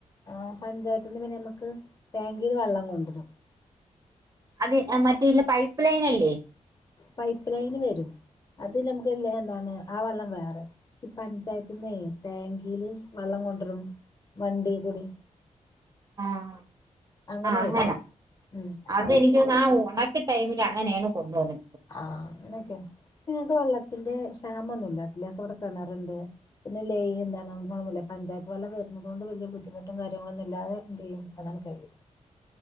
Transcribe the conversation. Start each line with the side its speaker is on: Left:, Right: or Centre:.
Left: ആ പഞ്ചായത്തന്ന് പിന്നെ നമുക്ക് ടാങ്കിൽ വെള്ളം കൊണ്ട്രു
Right: അത് മറ്റേല്ല പൈപ്പ് ലൈനല്ലേ
Left: പൈപ്പ് ലൈന് വരും. അത് ഞമ്മക്ക് എന്താണ് ആ വെള്ളം വേറെ ഈ പഞ്ചായത്തന്ന ടാങ്കിയില് വെള്ളം കൊണ്ടരും വണ്ടി കൂടി
Right: ആഹ്
Left: അങ്ങനെ
Right: ആ അങ്ങനാ
Left: വരും ഉം
Right: അത് ഇനി എനിക്ക് തോന്നുന്ന ആ ഉണക്ക ടൈമിൽ അങ്ങനെയണ് കൊണ്ട് പൊന്നെ
Left: ആഹ് അങ്ങനൊക്കെന്നെ പക്ഷെ ഞങ്ങക്ക് വെള്ളത്തിന്റെ ക്ഷാമൊന്നുല്ല <unintelligible> പിന്നെ ലേ എന്താണ് പഞ്ചായത്ത് വെള്ളം വരുന്നത് കൊണ്ട് വലിയ ബുദ്ധിമുട്ടും കാര്യങ്ങളൊന്നും ഇല്ലാതെ ന്തേയ്യ്യും അതാണ് കാര്യം